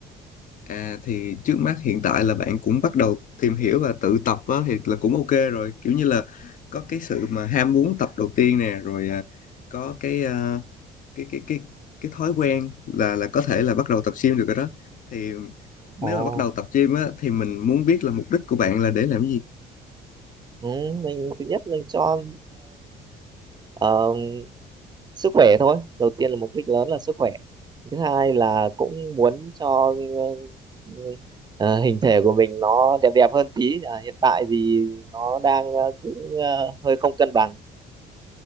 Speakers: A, on the left; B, on the right.
A: à thì trước mắt hiện tại là bạn cũng bắt đầu tìm hiểu và tự tập á thì là cũng ok rồi kiểu như là có cái sự mà ham muốn tập đầu tiên nè rồi à, có cái à, cái cái cái cái thói quen là là có thể là bắt đầu tập gym được rồi đó thì nếu
B: Ồ,
A: mà bắt đầu tập gym á thì mình muốn biết là mục đích của bạn là để làm gì
B: ừ, mình thứ nhất là cho uh, sức khỏe thôi đầu tiên là mục đích lớn là sức khỏe thứ hai là cũng muốn cho ừ, ờ, hình thể của mình nó đẹp đẹp hơn tí à, hiện tại thì nó đang ờ, cứ ờ, hơi không cân bằng